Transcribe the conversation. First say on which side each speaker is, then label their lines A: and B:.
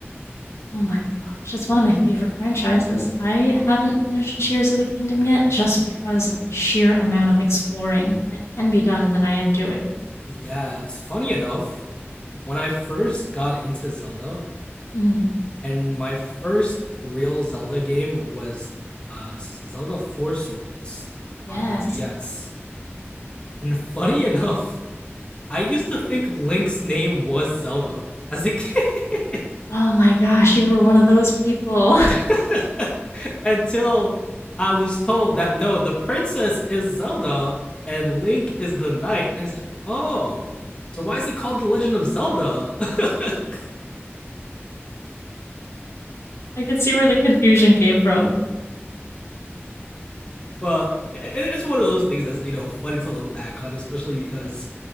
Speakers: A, on the left (about 80°); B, on the left (about 20°).
A: Oh my gosh, it's one of my favorite franchises. I haven't finished Tears of the Kingdom yet just because of the sheer amount of exploring that can be done and that I am doing.
B: Yes, funny enough, when I first got into Zelda,
A: Mhm.
B: and my first real Zelda game was uh, Zelda Four Swords
A: Yes.
B: on the DS. And funny <laughs> enough, I used to think Link's name was Zelda as a kid. <laughs>
A: Oh my gosh, you were one of those people. <laughs>
B: <laughs> until I was told that no, the princess is Zelda and Link is the knight. And I said, oh, so why is it called The Legend of Zelda? <laughs>
A: I could see where the confusion came from.
B: but it's one of those things that's you know funny to look back on, especially because